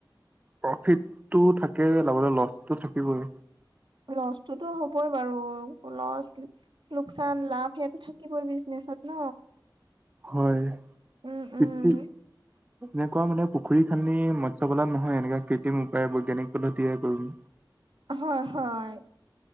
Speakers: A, on the right; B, on the right.
A: প্ৰফিটটো থাকে, লগতে লছটো থাকিবই
B: লছটোতো হ'বই বাৰু লছ লোকচান, লাভ, সেইটো থাকিবই বিজনেচত, ন।
A: হয়
B: উম উম
A: <unintelligible> এনেকুৱা মানে পুখুৰী খান্দি মৎস্য পালন নহয়, এনেকা কৃত্ৰিম উপায় বৈজ্ঞানিক পদ্ধতিয়ে কৰিম।
B: হয, হয,